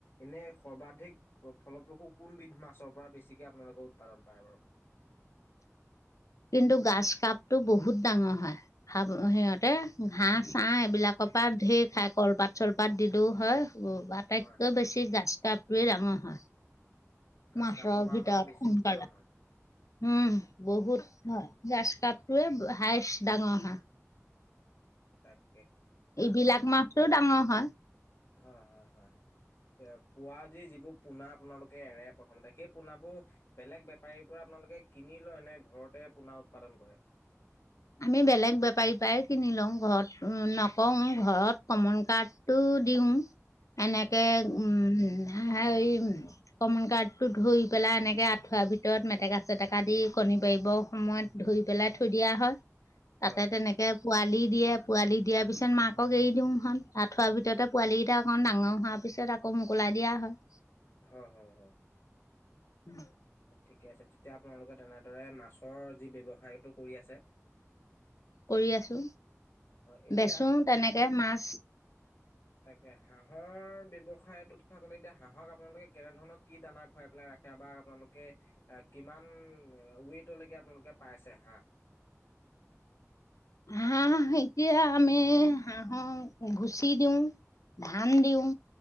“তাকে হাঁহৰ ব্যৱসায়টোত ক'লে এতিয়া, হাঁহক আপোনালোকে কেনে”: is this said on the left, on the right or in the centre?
Left